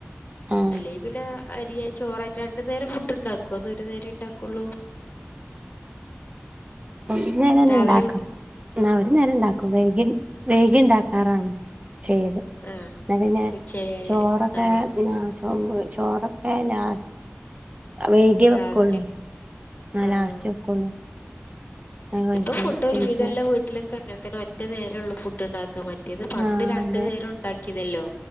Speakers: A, on the right; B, on the left.
A: ആഹ്
B: അല്ലെ പിന്നെ അരി ചോറായിട്ട് രണ്ടു നേരം ഫുഡ്ണ്ടാക്കൊ അതെ ഒരു നേരണ്ടാക്കുള്ളൂ
A: ഒരു നേരന്ന
B: രാവിലിം
A: ഉണ്ടാക്കാ ആ ഒരു നേരം ഉണ്ടാക്കു വെയ് മേഗിണ്ടാക്കാറാണ് ചെയ്ത് എന്നാ
B: ആഹ്
A: പിന്നെ
B: ഉച്ചയായാല്
A: ചോറൊക്കെ
B: ആഹ്
A: ചോ ചോറൊക്കെ ലാ. വൈകിയേ
B: ലാസ്റ്റ്
A: വെക്കുള്ളൂ ന്നാ
B: ആഹ്
A: ലാസ്റ്റ് വെക്കുള്ളൂ അത്
B: ഇപ്പൊ
A: ശരി
B: ഫുഡ് ഒരു
A: എനിക്കോ
B: വിധല്ല വീട്ടിലൊക്കെ അങ്ങനെ തന്നെ ഒറ്റ നേരംള്ളു ഫുഡ് ഉണ്ടാക്കാ മ റ്റേത് പണ്ട്
A: ആ
B: രണ്ട്
A: അതെ
B: നേരം ഉണ്ടാക്കിണോല്ലോ